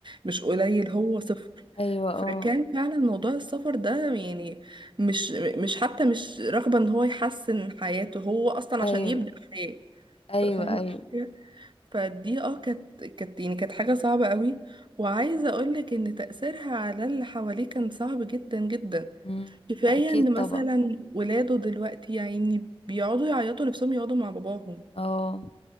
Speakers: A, on the right (about 55°); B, on the left (about 75°).
A: مش قليل هو صفر
B: ايوه اه
A: فكان فعلا موضوع السفر ده يعني مش مش حتى مش رغبه ان هو يحسن حياته هو اصلا
B: ايوه
A: عشان يبدا حياه
B: ايوه
A: ف- فاهمه
B: ايوه
A: الفكرة؟ فدي اه كانت كانت يعني كانت حاجه صعبه قوي وعايزه اقولك ان تاثيرها على اللي حواليه كان صعب جدا جدا
B: مم،
A: كفاية
B: اكيد
A: ان
B: طبعا
A: مثلا ولاده دلوقتي يعني بيقعدوا يعيطوا نفسهم يقعدوا مع باباهم
B: اه